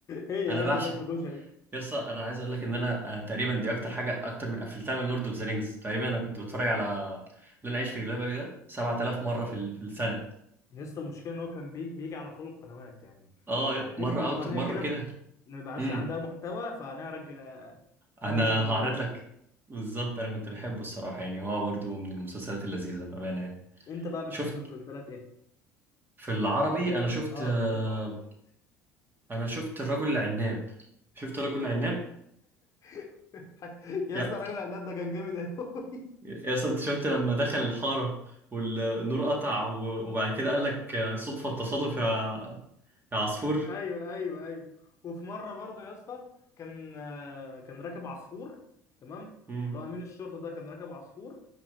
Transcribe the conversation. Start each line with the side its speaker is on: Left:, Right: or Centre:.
Left: هي
Right: انا
Left: يا
Right: بعشق
Left: اسطى فاطمة كشري
Right: يس انا عايز اقول لك ان انا آه، تقريبا دي اكتر حاجه اكتر من قفلتها من لورد اوف ذا رينجز تقريبا انا كنت بتفرج على اللي انا عايش في جلباب ده 7000 مره في ال- في السنه
Left: يا اسطى المشكلة إن هو كان بي- بيجي على كل القنوات يعني
Right: اه
Left: آه، أي
Right: مره اوت
Left: قناة
Right: مره
Left: كده ب-
Right: كده
Left: ما بيبقاش
Right: امم
Left: عندها محتوى فنرجع
Right: انا
Left: لن أعيش في جلباب
Right: هعرض
Left: أبي
Right: لك بالظبط انا كنت بحبه الصراحه يعني هو برضو من المسلسلات اللذيذه بامانه يعني
Left: أنت بقى بتحب
Right: شفت
Left: مسلسلات إيه؟
Right: في العربي
Left: عربي برضه
Right: انا شفت
Left: أه
Right: آه،
Left: خليك في عربي دلوقتي
Right: انا شفت الرجل العناب شفت الرجل العناب
Left: <laughs> يا
Right: يا
Left: اسطى الراجل العناد ده كان جامد أوي
Right: يا اسطى انت شفت لما دخل الحارة والنور قطع و- وبعد كده قال لك صدفة التصادف يا يا عصفور
Left: ايوه ايوه ايوه وفي مره برضو يا اسطى كان آه، كان راكب عصفور تمام
Right: مم.
Left: اللي هو امين الشرطه ده كان راكب عصفور